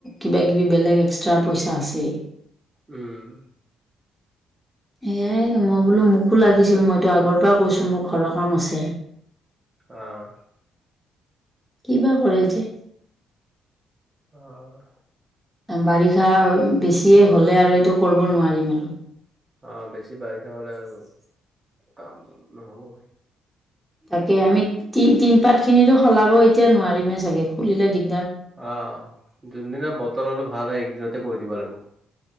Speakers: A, in the centre; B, on the right.
A: কিবা কিবি বেলেগ এক্সট্ৰা পইচা আছেই
B: উম
A: এয়াই মই বোলো মোকো লাগিছিল মইতো আগৰ পৰা কৈছো মোৰ ঘৰৰ কাম আছে
B: আহ
A: কি বা কৰিছে
B: অ'
A: বাৰিষা বেছিয়ে হ'লে আৰু এইটো কৰিব নোৱাৰিম আৰু
B: আহ বেছি বাৰিষা হলে আৰু কাম নহব
A: তাকে আমি তি তিন পাত খিনি সলাব এতিয়া নোৱাৰিমে চাগে খুলিলে দি
B: আহ যোনদিনা বতৰ অলপ ভাল হয় একদিনতে কৰি দিব লাগিব